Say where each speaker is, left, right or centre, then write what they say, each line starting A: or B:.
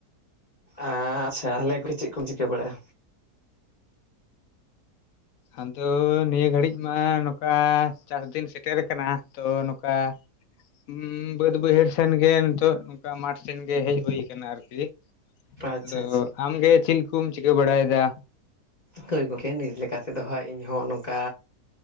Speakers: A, on the left; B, on the left.
A: ᱟᱪᱪᱷᱟ ᱛᱦᱟᱞᱮ ᱪᱮᱫ ᱠᱚᱢ ᱪᱤᱠᱟᱹ ᱵᱟᱲᱟᱭᱟ?
B: ᱟᱫᱚ ᱱᱤᱭᱟᱹ ᱜᱷᱟᱹᱲᱤᱡ ᱢᱟ ᱱᱚᱝᱠᱟ ᱪᱟᱥ ᱫᱤᱱ ᱥᱮᱴᱮᱨ ᱟᱠᱟᱱᱟ, ᱛᱚ ᱱᱚᱝᱠᱟᱼᱼ ᱩᱸ ᱵᱟᱹᱫᱽ ᱵᱟᱹᱭᱦᱟᱹᱲ ᱥᱮᱱ ᱜᱮ ᱱᱤᱛᱚᱜ ᱚᱱᱠᱟ ᱢᱟᱴᱷ ᱥᱮᱱ ᱜᱮ ᱦᱮᱡ ᱦᱩᱭ ᱟᱠᱟᱱᱟ ᱟᱨᱠᱤ᱾
A: ᱟᱪᱪᱷᱟ
B: ᱦᱮᱞᱳ,
A: ᱟᱪᱪᱷᱟ
B: ᱟᱢᱜᱮ ᱪᱤᱞ ᱠᱚᱢ ᱪᱤᱠᱟᱹ ᱵᱟᱲᱟᱭᱮᱫᱟ?
A: <inaudible> ᱜᱚᱢᱠᱮ ᱱᱤᱛ ᱞᱮᱠᱟ ᱛᱮᱫᱚ ᱦᱟᱸᱜ ᱤᱧᱦᱚᱸ ᱱᱚᱝᱠᱟ